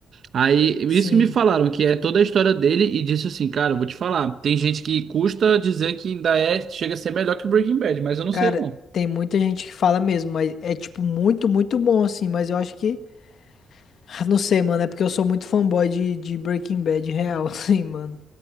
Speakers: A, on the right (about 55°); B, on the left (about 55°).
A: Aí,
B: Sim,
A: isso que me falaram, que é toda a história dele e disse assim, cara, eu vou te falar, tem gente que custa dizer que ainda é, chega a ser melhor que o Breaking Bad, mas eu não
B: cara,
A: sei não.
B: tem muita gente que fala mesmo, mas é tipo muito, muito bom assim, mas eu acho que. <laughs> Ah, Não sei, mano, é porque eu sou muito fanboy de, de Breaking Bad real, <laughs> assim, mano.